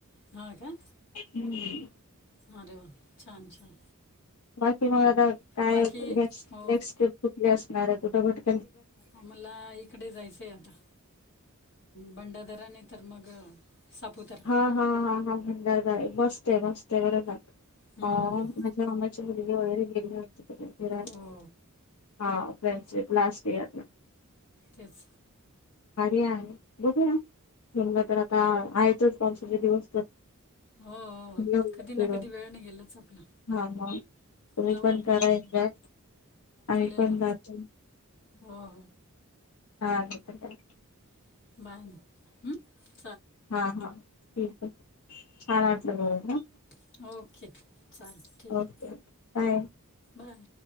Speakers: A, on the left (about 55°); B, on the left (about 80°).
A: हा का
B: ह <inaudible>
A: अरे वा छान छान!
B: बाकी मग आता काय
A: बाकी
B: क
A: हो
B: नेक्स्ट ट्रिप कुठली असणार आहे कुठे कुठे
A: आम्हाला इकडे जायचंय आता, भंडारदरा नाही तर मग सापुतारा
B: हा हा हा हा भडार जा बसते बसते बरचात
A: हम्म,
B: माझ्या <unintelligible> <unintelligible> उयर केली वाटक
A: हो
B: <unintelligible> हा फ्रेंडशिप लास्ट इयरला
A: तेच
B: आर्या बघू ना जमलं तर आता आहेतच पावसाचे दिवस तर
A: हो हो
B: हो
A: कधी ना कधी वेळ नाही गेलंच आपला
B: हा हा तुम्ही
A: जाऊ
B: पण
A: आपण
B: करा का अ
A: चालेल
B: पण
A: ना
B: ज
A: हो
B: हाण <unintelligible> <unintelligible>
A: ब <unintelligible>
B: हा हा ठीक आहे छान वाटलं बोलून हा
A: बाय ओके. चालेल ठीक आहे
B: ओके बाय
A: बाय